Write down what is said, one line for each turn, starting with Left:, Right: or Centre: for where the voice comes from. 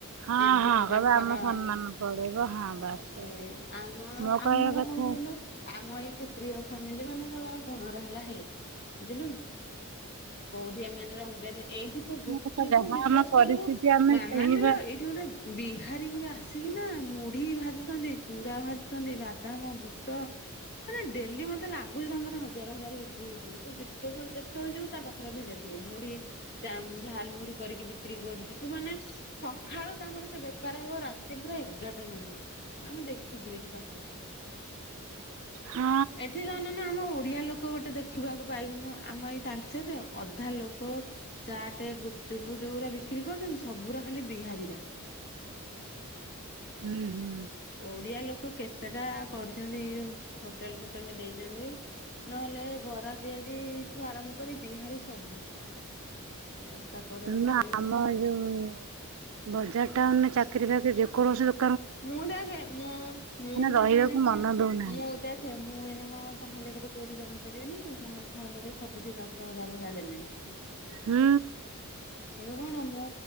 Right: ହଁ
Left: ଏମିତି
Right: ହଁ
Left: କତାଙ୍କର
Right: କହିବେ ଆମ ସମ୍ମାନ
Left: ସେ
Right: ପଳେଇବ ହଁ ବାସ୍ ବାସ୍
Left: ଆମ
Right: ମୋ କହିବା
Left: ଆମର
Right: କଥା
Left: କଣ କହିଲୁ ଆମ ଏଇ କ୍ଷତ୍ରୀୟ ଫାମିଲି ମାନଙ୍କର ଗୁଣର ହେଲା ହେ ବୁଝିଲୁ କି? କୋଉଠି ଏମାନେ ରହିପାରିବେ। ଏଇଠି ତୁ ଗୁପଚୁପୁ
Right: ମୋ କଥା ଯାହା
Left: ବିଶ୍ଵାସ
Right: ଆମ ପରିସ୍ଥିତି
Left: କରିବୁ
Right: ଆମେ
Left: ମାମାଲିଲୋ
Right: ସେଇବା
Left: ଏଇଠି ଗୋଟେ ବିହାରୀ ଗୁରେ ଆସିକି ନା ମୁ ମୁଢି ଭାଜୁଛନ୍ତି ଚୁଡା ଭାଜୁଛନ୍ତି ବାଦାମ ବୁଟ ମାନେ ଡେଲି ମତେ ଲାଗୁଛି ତାଙ୍କର ହଜାର ହଜାର ବିକ୍ରି ହଉଥିବ ତୁ ବିଶ୍ୱାସ ଯେତେବେଳେ ଯିବୁ ତା ପାଖରେ ଭିଡ ଥିବେ ମୁଢି ଝାଲ ମୁଢି କରିକି ବିକ୍ରି କରୁଚି ତୁ ମାନେ ସକାଳୁ ତାଙ୍କର ତ ବେପାର ହବ ରାତି ପା ଏଗାରଟା ଯାକେ ଆମେ ଦେଖୁଛୁ ଏଇଠି ପାଖରେ।
Right: ହଁ
Left: ଏଠି ଧଣନ ଆମ ଓଡିଆ ଲୋକ ଗୋଟେ ଦେଖିବାକୁ ପାଇବୁନୁ ଆମ ଏଇ ତା ସେଠେ ଅଧା ଲୋକ ଚାଟେ ଗୁପଚୁପ୍ ଯଉରା ବିକ୍ରି କରୁଛନ୍ତି ସବୁରା ଖାଲି ବିହାରୀରା।
Right: ହୁଁ ହୁଁ।
Left: ଓଡିଆ ଲୋକ କେତେଟା କରିଛନ୍ତି ଏଇ ଯୋଉ ହୋଟେଲ ଫୋଟେଲରେ ଦେଇଛନ୍ତି। ନହେଲେ ଏ ବରା ପିଆଜି ଠୁ ଆରମ୍ଭ କରି ବିହାରୀ ସବୁ। ରାସ୍ତା କଡରେ
Right: ଶୁଣୁନୁ
Left: ପକେଇ ଦଉଛନ୍ତି।
Right: ଆମ ଏ ଯୋଉ ବଜାର ଟାଉନରେ ଚାକିରୀ ବାକିରି ଯେ କୌଣସି ଦୋ
Left: ମୁଁ ଦେଖେ ମୁଁ ମୁଁ ଦେଖେ
Right: ରହିବାକୁ
Left: ଏଇନେ କଣ
Right: ମନ ଦଉନାହାନ୍ତି।
Left: ମୁଁ ଦେଖେ ମୁଁ ଏଇନେ କଣ ଚାହିଁଲେ ଗୋଟେ କୋଉଠି ରହିପାରିବିନିକି ମଲ ଫଲରେ ସବୁଠି ଦଶ ହଜାର ଭଳିଆ ଦେଲେଣି।
Right: ହୁଁ।
Left: କିନ୍ତୁ କଣ ମୁଁ